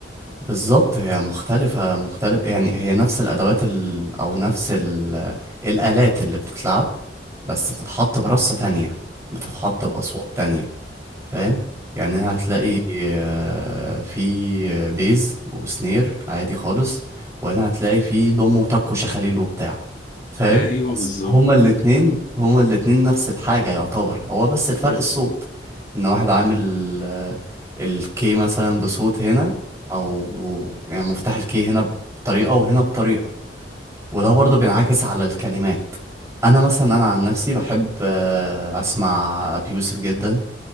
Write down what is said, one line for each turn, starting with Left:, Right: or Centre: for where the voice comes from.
Right: بالظبط هي مختلفة مختلف يعني هي نفس الأدوات ال... أو نفس ال... الآلات اللي بتتلعب بس بتتحط برصة تانية بتتحط بأصوات تانية فاهم يعني هتلاقي
Left: مم.
Right: آه، في بيز وسنير عادي خالص وهنا هتلاقي في ضم وتك وشخاليل وبتاع فاهم
Left: ايوه
Right: بس
Left: بالظبط
Right: هما الاتنين هما الاتنين نفس الحاجة يعتبر هو بس الفرق الصوت ان واحد عامل آه، الكي مثلا بصوت هنا او يعني مفتاح الكي هنا بطريقة وهنا بطريقة وده برضه بينعكس على الكلمات انا مثلا انا عن نفسي بحب آه، اسمع ابي يوسف جدا